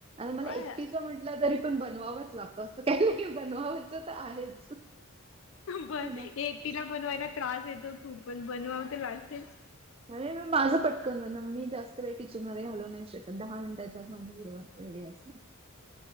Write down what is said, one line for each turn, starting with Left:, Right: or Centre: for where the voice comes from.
Right: मला
Left: काय
Right: एकटीच म्हटल कठ तरी पण बनवावंच लागतं असं काही नाही बनवायचं तर आहेच. है
Left: प
Right: ना
Left: एकटीला बनवायला त्रास येतो खूप पण बनवाव तर लागते.
Right: अरे म माझं पटकन ना मी जास्त वेळ किचनमध्ये घालवु नाही शकत दहा मिनटाच्या आत माज रेडी असते. ह.